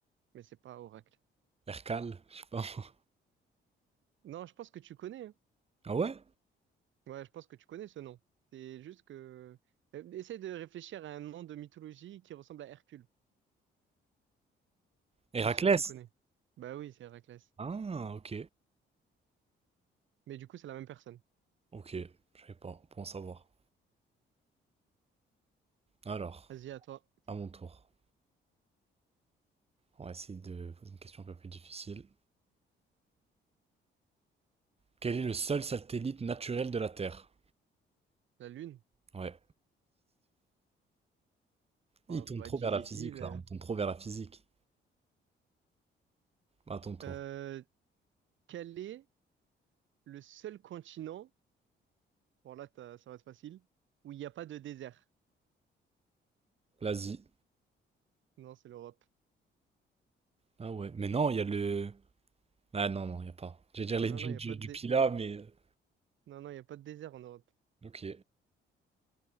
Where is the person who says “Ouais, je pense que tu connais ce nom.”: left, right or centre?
Right